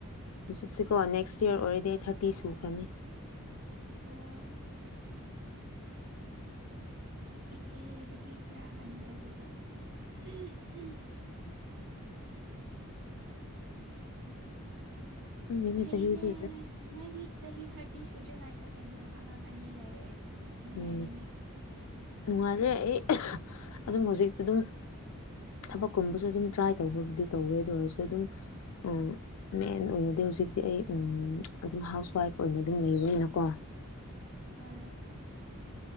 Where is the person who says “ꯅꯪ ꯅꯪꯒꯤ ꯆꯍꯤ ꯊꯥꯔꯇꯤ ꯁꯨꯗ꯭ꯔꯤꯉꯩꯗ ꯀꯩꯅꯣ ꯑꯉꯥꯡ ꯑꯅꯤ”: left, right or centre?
Right